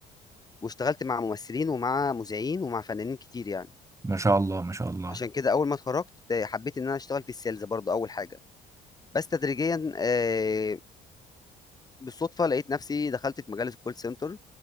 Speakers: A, on the left; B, on the right.
A: واشتغلت مع ممثلين ومع مذيعين ومع فنانين كتير يعني
B: ما شاء الله ما شاء الله
A: عشان كده اول ما اتخرجت آه، حبيت ان انا اشتغل في السيلز برضو اول حاجه بس تدريجيا آه، بالصدفه لقيت نفسي دخلت في مجال الكول سنتر